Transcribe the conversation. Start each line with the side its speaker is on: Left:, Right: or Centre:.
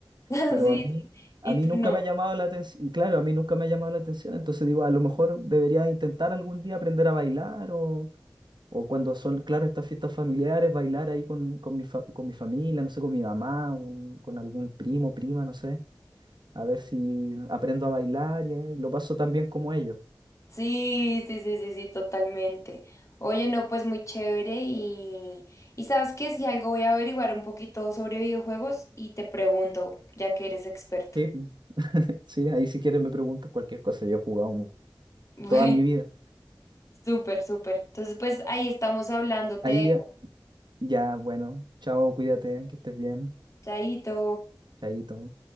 Left: <laughs>
Right: pero
Left: sí.
Right: a mí, a
Left: Y
Right: mí
Left: tú
Right: nunca
Left: no.
Right: me ha llamado la atención, y claro, a mí nunca me ha llamado la atención, entonces digo, a lo mejor debería intentar algún día aprender a bailar o, o cuando son, claro, estas fiestas familiares, bailar ahí con, con mi fa- con mi familia, no sé, con mi mamá, con, con algún primo, prima, no sé, a ver si aprendo a bailar y, eh, y lo paso tan bien como ellos.
Left: Sí, sí, sí, sí, sí, totalmente. Oye, no, pues muy chévere y, y sabes qué, si algo voy a averiguar un poquito sobre videojuegos y te pregunto, ya que eres experto.
Right: Sí,
Left: <laughs>
Right: <laughs> sí, ahí si quieres me preguntas cualquier cosa, yo he jugado mu-
Left: Bueno,
Right: toda mi vida.
Left: súper, súper. Entonces, pues ahí estamos hablando,
Right: Ahí
Left: te dejo.
Right: ya, ya, bueno, chao, cuídate, que estés bien,
Left: Chaito.
Right: chaito.